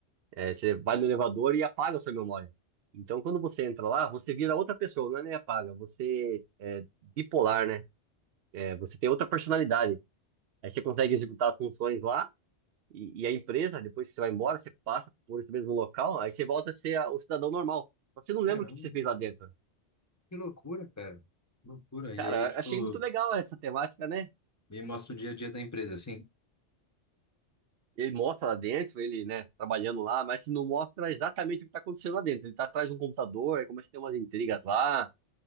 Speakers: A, on the right; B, on the left.
A: É, você vai no elevador e apaga a sua memória. Então, quando você entra lá, você vira outra pessoa, não é nem apaga, você bipolar, né? É, você tem outra personalidade. Aí você consegue executar as funções lá e, e a empresa, depois que você vai embora, você passa por esse mesmo local, aí você volta a ser a- o cidadão normal. Só que você não lembra
B: Caramba,
A: o que você fez lá dentro.
B: que loucura, cara. Loucura.
A: Cara,
B: E aí, tipo,
A: achei muito legal essa temática, né?
B: me mostra o dia a dia da empresa, assim?
A: Ele mostra lá dentro, ele, né, trabalhando lá, mas não mostra exatamente o que está acontecendo lá dentro. Ele tá atrás de um computador, aí começa a ter umas intrigas lá.